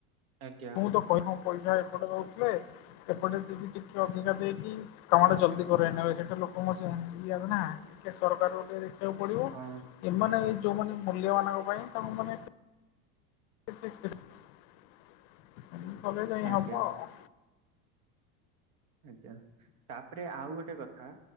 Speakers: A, on the right; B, on the left.
A: ଆଜ୍ଞା।
B: ତ କହିଅମ୍ ପଇସା ଏପଟେ ଦଉଥିଲେ, ଏପଟେ ଯଦି ଟିକେ ଅଧିକା ଦେଇକି କାମଟା ଜଲ୍ଦି କରେଇ ନେବେ ସେଇଟା, ଲୋକଙ୍କ <unintelligible> ଆଗ ନା। ଟିକେ ସରକାର ଗୋଟେ ବାକୁ ପଡିବ,
A: ହଁ
B: ଏମାନେ ଏ ଯୋଉମାନେ ମୂଲିଆମାନଙ୍କ ପାଇଁ ତାଙ୍କୁ ମାନେ <unintelligible> କଲେ ଯାଇଁ
A: ଆଜ୍ଞା
B: ହବ ଆଉ।
A: ଆଜ୍ଞା। ତାପରେ ଆଉ ଗୋଟେ କଥା,